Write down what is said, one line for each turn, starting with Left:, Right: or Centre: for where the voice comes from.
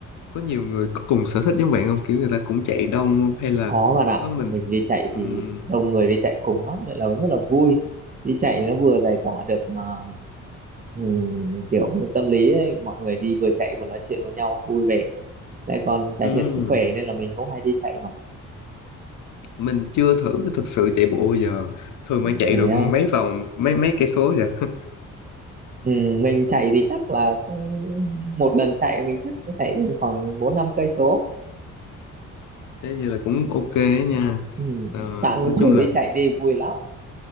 Left: có nhiều người có cùng sở thích giống bạn không? Kiểu người ta cũng chạy đông không? Hay là
Right: Có bạn ạ,
Left: có mình?
Right: mình đi chạy
Left: Ừm,
Right: thì đông người đi chạy cùng lắm, nên là rất là vui. Đi chạy nó vừa giải tỏa được ờ, ừm, kiểu như tâm lý ấy. Mọi người đi vừa chạy vừa nói chuyện với nhau vui vẻ. Lại còn cải
Left: ừm,
Right: thiện sức khỏe nên là mình cũng hay đi chạy mà.
Left: Mình chưa thử thực sự chạy bộ bao giờ. Thường bạn chạy
Right: Thế
Left: được
Right: á.
Left: mấy vòng, mấy mấy cây số vậy?
Right: Ừm, mình chạy thì chắc là ừm, một lần chạy mình chắc cũng chạy khoảng 4 5 cây số.
Left: Thế như là cũng ok á nha.
Right: Ừm,
Left: Ờ,
Right: Bạn
Left: nói
Right: cứ
Left: chung
Right: thử
Left: là
Right: đi chạy đi vui lắm.